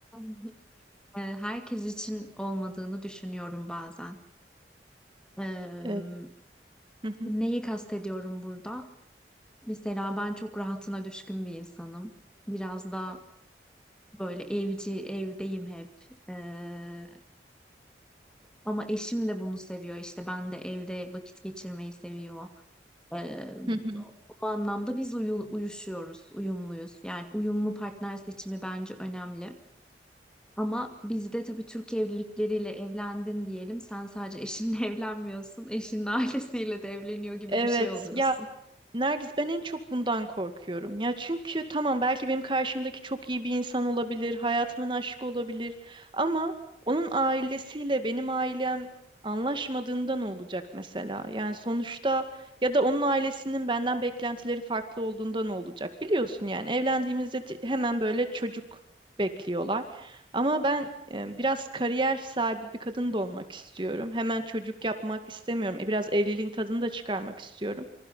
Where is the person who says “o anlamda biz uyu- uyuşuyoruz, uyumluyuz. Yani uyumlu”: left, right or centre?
Centre